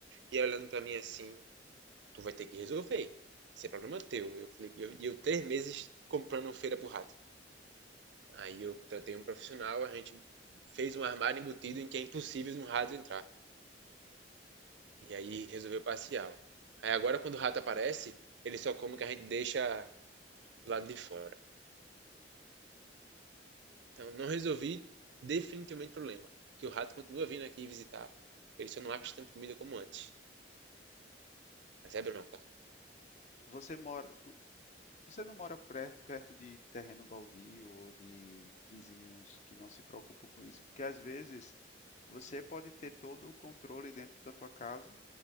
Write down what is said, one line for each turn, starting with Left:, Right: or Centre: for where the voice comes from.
Right: E ela olhando pra mim assim, tu vai ter que resolver. Isso é problema teu. Eu falei, e eu, e eu três meses comprando feira pro rato. Aí eu contratei um profissional, a gente fez um armário embutido em que é impossível de um rato entrar. E aí resolveu parcial. Aí agora quando o rato aparece, ele só come o que a gente deixa do lado de fora. Então não resolvi definitivamente o problema. Que o rato continua vindo aqui visitar. Ele só não acha tanta comida como antes. Mas é bronca.
Left: Você mora, Você não mora pre- perto de terreno baldio ou de vizinhos que não se preocupam com isso? Porque às vezes você pode ter todo o controle dentro da tua casa,